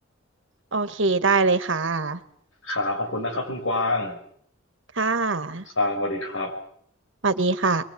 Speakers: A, on the right; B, on the left.
A: โอเคได้เลยค่ะ
B: ครับขอบคุณนะครับคุณกวาง
A: ค่ะ
B: ครับสวัสดีครับ
A: สวัสดีค่ะ